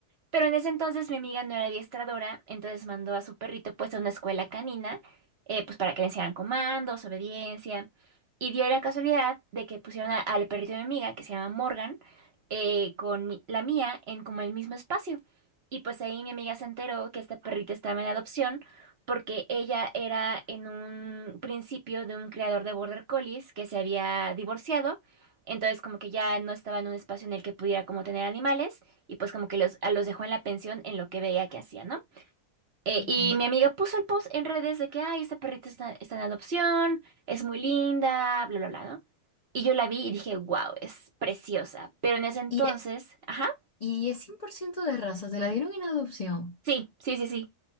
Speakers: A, on the right; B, on the left.
A: Pero en ese entonces mi amiga no era adiestradora, entonces mandó a su perrito pues a una escuela canina, eh, pues para que le enseñaran comandos, obediencia. Y dio la casualidad de que pusieron a- al perrito de mi amiga, que se llama Morgan, eh, con mi- la mía en como el mismo espacio. Y pues ahí mi amiga se enteró que esta perrita estaba en adopción porque ella era en un principio de un criador de border collies que se había divorciado, entonces como que ya no estaba en un espacio en el que pudiera como tener animales y pues como que los, a los dejó en la pensión en lo que veía que hacía, ¿no? Eh,
B: Ok.
A: y mi amiga puso el post en redes de que, ay, esta perrita está, está en adopción, es muy linda, bla, bla, bla, ¿no? Y yo la vi y dije, wow, es preciosa. Pero en ese entonces,
B: Y es,
A: ajá,
B: y es 100% de raza, te la dieron en adopción.
A: sí, sí, sí, sí.